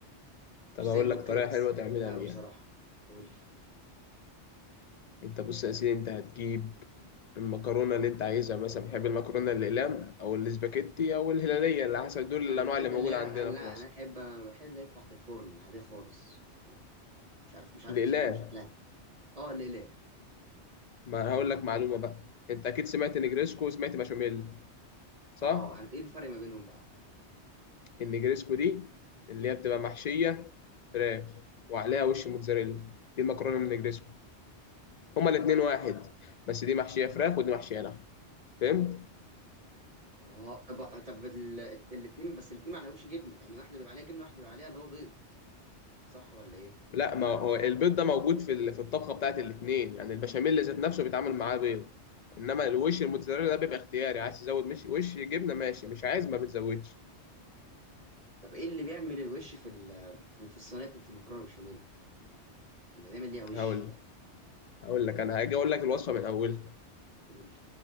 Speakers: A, on the left; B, on the right.
A: طب
B: مش
A: اقول
B: زي الملوخيه
A: لك طريقه
B: بس
A: حلوه
B: بحبها
A: تعملها
B: قوي
A: بيها
B: بصراحه قول لي
A: انت بص يا سيدي انت هتجيب المكرونه اللي انت عايزها مثلا بتحب المكرونه الاقلام او الاسباجيتي او الهلاليه اللي حسب دول الانواع
B: انا بحب
A: اللي موجوده
B: اللي هي
A: عندنا
B: أنا- لا
A: في مصر
B: انا احب انا بحب اللي هي بتاعت الفرن العاديه خالص مش عارف مش عارف
A: الاقلام
B: اوصف لك شكلها اه ليه ليه
A: ما هقول لك معلومه بقى انت اكيد سمعت
B: مم.
A: نجريسكو وسمعت بشاميل صح
B: اه انا ايه الفرق ما بينهم بقى
A: النجريسكو دي اللي هي بتبقى محشيه فراخ وعليها وش موتزاريلا دي المكرونه
B: تمام
A: النجريسكو
B: تمام.
A: هما الاتنين واحد بس دي محشيه فراخ ودي محشيه لحم فهمت
B: اه طب طب ال- الاتنين بس الاتنين ما عليهمش جبنه يعني واحده بيبقى عليها جبنه واحده بيبقى عليها اللي هو بيض صح ولا ايه
A: لا ما هو البيض ده موجود في ال- في الطبخه بتاعت الاتنين يعني البشاميل ذات نفسه
B: تمام
A: بيتعمل معاه بيض انما الوش
B: اه
A: الموتزاريلا ده بيبقى اختياري عايز تزود مش وش جبنه ماشي مش عايز ما بتزودش
B: طب ايه اللي بيعمل الوش في ال في في الصينيه بتاعت المكرونه بشاميل بيبقى دايما ليها وش
A: هقول لك هقول
B: امم
A: لك انا هاجي اقول لك الوصفه من اولها
B: قول لي